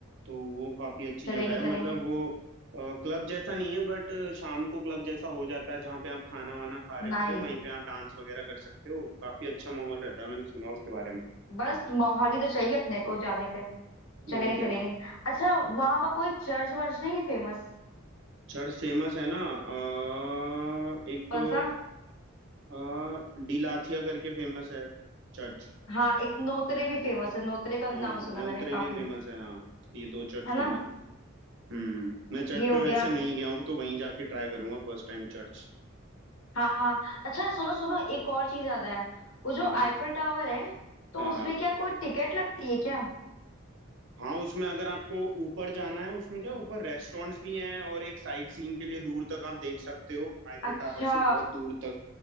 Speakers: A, on the right; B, on the left.
A: तो वो काफी अच्छी
B: चलेंगे
A: जगह है
B: चलेंगे
A: मतलब वो क्लब जैसा नहीं है बट शाम को क्लब जैसा हो जाता है जहाँ पे आप खाना वाना खा रहे
B: नाइस
A: होते हो वहीं पे आप डांस वगैरह कर सकते हो काफी अच्छा माहौल रहता है मैंने सुना उसके बारे में
B: बस मोहाली तो चाहिए अपने को जाने पे चलेंगे
A: और क्या
B: चलेंगे अच्छा वहां पर कोई चर्च वर्च नहीं है फेमस
A: चर्च फेमस है ना अ, एक
B: कौन
A: तो
B: सा
A: आ, डिलाथिया करके फेमस है चर्च
B: हाँ एक नोतरे भी फेमस है नोतरे का भी
A: हाँ
B: नाम सुना
A: नोत्रे
B: मैंने काफी
A: भी फेमस है हाँ ये दो चर्च
B: है
A: फेमस
B: ना
A: है हम्म मैं चर्च
B: ये हो
A: में
B: गया
A: वैसे नहीं गया हूँ तो वहीं जाके ट्राई करूंगा फर्स्ट टाइम चर्च
B: हाँ हाँ अच्छा सुनो सुनो एक और चीज याद आया वो जो
A: हाँ हाँ
B: आईफल टावर है तो
A: हाँ
B: उसमें
A: हाँ
B: क्या कोई टिकट लगती है क्या
A: हाँ उसमें अगर आपको ऊपर जाना है उसमें क्या ऊपर रेस्टोरेंट्स भी हैं और एक साइट सीन के लिए दूर तक आप देख सकते हो आईफिल
B: अच्छा
A: टावर से बहुत दूर तक